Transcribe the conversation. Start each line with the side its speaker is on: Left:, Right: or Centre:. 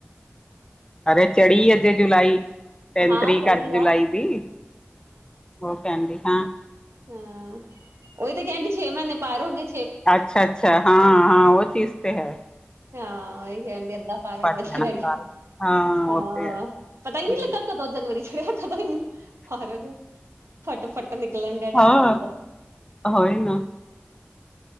Left: ਅਰੇ ਚੜ੍ਹੀ ਅੱਜੇ ਜੁਲਾਈ ਤੇਨ
Right: ਹਾਂ
Left: ਤਰੀਕ
Right: ਚੜੀ
Left: ਅੱਜ ਜੁਲਾਈ
Right: ਆ
Left: ਦੀ। ਓ ਕੇਂਦੀ ਹਾਂ।
Right: ਹੂੰ ਉਈ ਤੇ ਕਐਂਦੀ ਛੇ ਮੀਨੇ ਪਾਰ ਹੋ ਗੇ।
Left: ਅੱਛਾ-ਅੱਛਾ ਹਾਂ-ਹਾਂ ਉਹ ਚੀਜ਼ ਤੇ ਹੈ।
Right: ਹਾਂ ਉਹੀ ਕਹਿਣ ਡਿਆ ਅੱਧਾ ਪਾਰ
Left: ਪਟ
Right: ਹੋ ਗਿਆ ਅੱਧਾ
Left: ਜਾਣਾ
Right: ਰਹਿ ਗਿਆ
Left: ਸਾਰਾ ਹਾਂ
Right: ਹਾਂ
Left: ਉਹ ਤੇ ਹੈ
Right: ਪਤਾ ਹੀ ਨੀ
Left: ਹਮ,
Right: ਲੱਗਾ‌। ਕਦੋਂ ਜਨਵਰੀ ਚਛੜਿਆ ਕਦੋਂ ਇੰਨ ਪਾਰ ਹੋ ਗਿਆ ਫੱਟ-ਫੱਟ ਨਿ ਨਿਕਲਨ ਡਿਆ ਟਾਈਮ
Left: ਹਾਂ
Right: ਏਕ ਦਮ।
Left: ਹੋਏ ਨਾ